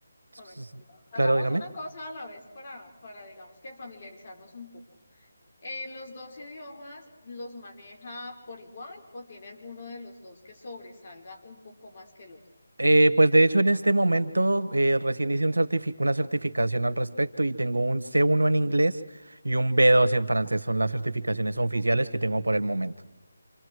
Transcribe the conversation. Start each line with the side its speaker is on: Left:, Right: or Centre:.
Right: s-
Left: un momento.
Right: s-
Left: Hagamos
Right: claro, dígame.
Left: una cosa a la vez para, para digamos que familiarizarnos un poco. ¿En los dos idiomas los maneja por igual o tiene alguno de los dos que sobresalga un poco más que el otro?
Right: Eh, pues de hecho en este momento eh, recién hice un certifi- una certificación al respecto y tengo un C1 en inglés y un B2 en francés. Son las certificaciones oficiales que tengo por el momento.